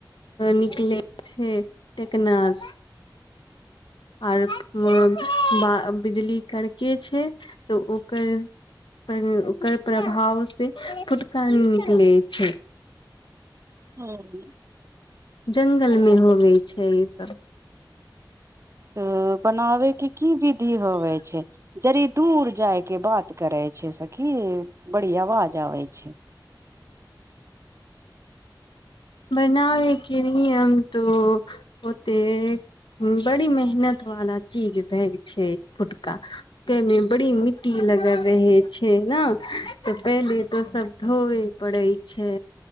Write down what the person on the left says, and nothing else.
निकले छै टेकनास आर ब बिजली करके छै तऽ ओकर ओकर प्रभावसँ फुटका निकलै छै
जगल मे होवे छै ई सब
बनाबेके नहि हम तो ओते बड़ी मेहनत वाला चीज भाग छै फुटका ओते मे बड़ी मिट्टी लगल रहे छै नऽ तऽ पहिले त ओ सब धोवे पड़ै छै